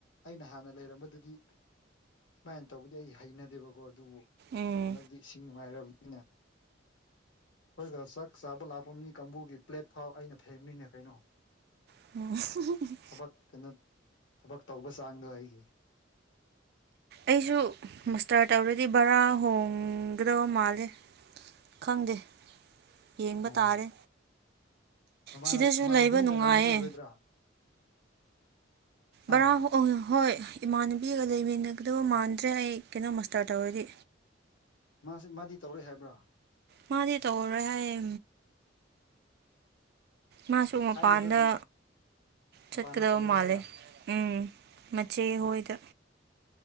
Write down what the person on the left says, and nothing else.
ꯑꯩꯅ ꯍꯥꯟꯅ ꯂꯩꯔꯝꯕꯗꯨꯗꯤ ꯁꯨꯃꯥꯏꯅ ꯇꯧꯕꯗꯤ ꯑꯩ ꯍꯩꯅꯗꯦꯕꯀꯣ ꯑꯗꯨꯕꯨ
ꯍꯟꯗꯛꯇꯤ ꯏꯁꯤꯡ ꯅꯨꯡꯉꯥꯏꯔꯕꯅꯤꯅ ꯑꯩꯈꯣꯏꯒ ꯆꯥꯛ ꯆꯥꯕ ꯂꯥꯛꯄ ꯃꯤ ꯀꯥꯡꯕꯨꯒꯤ ꯄ꯭ꯂꯦꯠ ꯐꯥꯎ ꯑꯩꯅ ꯐꯦꯡꯕꯅꯤꯅꯦ ꯀꯩꯅꯣ
ꯊꯕꯛ ꯀꯩꯅꯣ ꯊꯕꯛ ꯇꯧꯕ ꯆꯥꯡꯗꯣ ꯑꯩꯒꯤ
ꯑꯣ
ꯅꯃꯥꯟꯅ
ꯅꯃꯥꯟꯅꯕꯤꯒ
ꯂꯩꯃꯤꯟꯅꯔꯣꯏꯗ꯭ꯔꯥ ꯍꯥ
ꯃꯥꯁꯤ ꯃꯥꯗꯤ ꯇꯧꯔꫭꯏ ꯍꯥꯏꯕ꯭ꯔꯥ
ꯊꯥꯏꯅꯗꯒꯤ ꯃꯄꯥꯟꯗ
ꯆꯠꯂꯒꯦ
ꯍꯥꯏꯔ
ꯑꯁ